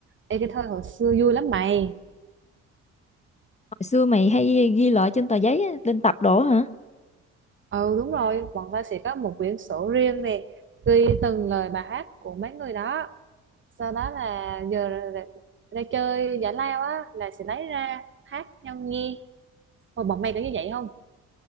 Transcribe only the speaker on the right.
Ê, cái thời hồi xưa vui lắm mày.
Ừ đúng rồi, bọn tao sẽ có một quyển sổ riêng nè. Ghi từng lời bài hát của mấy người đó. Sau đó là giờ ra, ra chơi giải lao á là sẽ lấy ra hát nhau nghe. Hồi bọn mày có như vậy không?